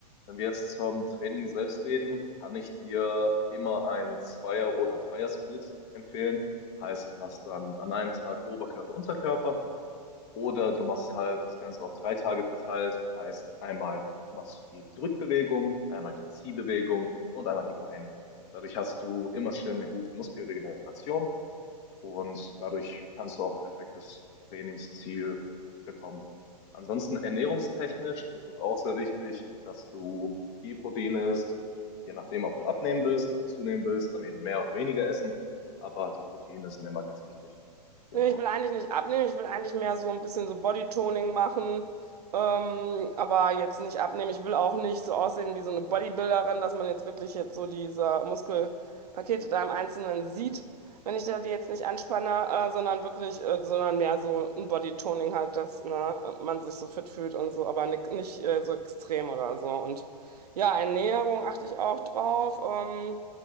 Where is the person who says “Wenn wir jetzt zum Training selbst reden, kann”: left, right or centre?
Left